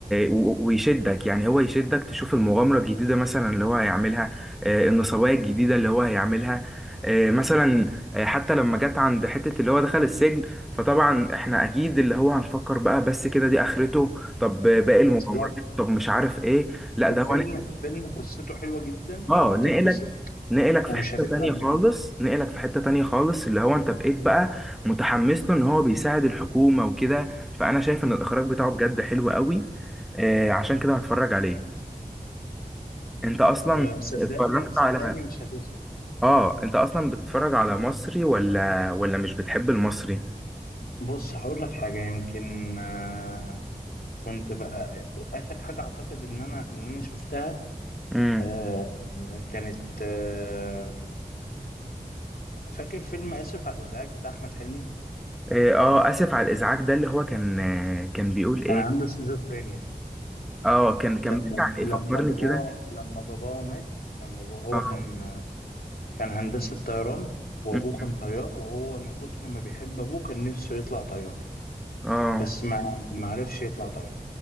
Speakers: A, in the centre; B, on the left (about 70°).
A: و... ويشدك يعني هو يشدك تشوف المغامرة الجديدة مثلا اللي هو هيعملها آه، النصباية الجديدة اللي هو هيعملها آه، مثلا آه، حتى لما جت عند حتة اللي هو دخل السجن فطبعا احنا اكيد اللي هو هنفكر بقى بس كده دي اخرته طب باقي المغامرات
B: بالظبط
A: طب مش عارف ايه لا ده
B: الفيلم
A: هو
B: الفيلم قصته حلوة جدا
A: اه
B: وهتنبسط
A: نقلك نقلك في
B: ومش
A: حتة
B: هتزهق
A: تانية خالص
B: منه
A: نقلك في حتة تانية خالص اللي هو انت بقيت بقى متحمس له ان هو بيساعد الحكومة وكده فانا شايف ان الاخراج بتاعه بجد حلو قوي آه عشان كده هتفرج عليه انت اصلا
B: أه صدقني
A: اتفرجت
B: صدقني
A: على
B: مش هتزهق
A: اه انت اصلا بتتفرج على مصري ولا ولا مش بتحب المصري
B: بص هقول لك حاجة يمكن أه كنت بقى آخر حاجة أعتقد إن أنا إن أنا شفتها
A: امم
B: أه كانت أه فاكر فيلم آسف على الإزعاج بتاع أحمد حلمي
A: اه آه، اسف على الازعاج ده اللي هو كان آه، كان بيقول ايه
B: كان عنده سيزوفرينيا
A: اه كان كان
B: لما
A: بيحكي عن ايه
B: لما
A: فكرني
B: باباه
A: كده
B: لما باباه مات لما بابا هو
A: اه
B: كان كان هندسة طيران وأبوه
A: م- م.
B: كان طيار وهو من كتر ما بيحب أبوه كان نفسه يطلع طيار
A: اه
B: بس ما ما عرفش يطلع طيار